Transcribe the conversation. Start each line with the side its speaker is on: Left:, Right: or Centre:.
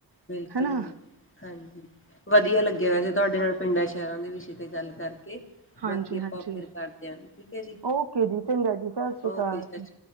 Left: ਬਿਲਕੁਲ
Right: ਹਨਾ
Left: -ਬਿਲਕੁਲ। ਹਾਂਜੀ ਵਧੀਆ ਲੱਗਿਆ ਵੈਸੇ ਤੁਹਾਡੇ ਨਾਲ ਪਿੰਡਾਂ ਸ਼ਹਿਰਾਂ ਦੇ ਵਿਸ਼ੇ ਤੇ ਗੱਲ ਕਰਕੇ।
Right: ਹਾਂਜੀ
Left: ਬਾਕੀ ਆਪਾਂ
Right: ਹਾਂਜੀ
Left: ਫੇਰ ਕਰਦੇ ਹਾਂ ਠੀਕ ਹੈ ਜੀ
Right: ਓਕੇ ਜੀ ਚੰਗਾ ਜੀ ਸਤਿ ਸ਼੍ਰੀ
Left: ਓਕੇ
Right: ਅਕਾਲ
Left: ਜੀ।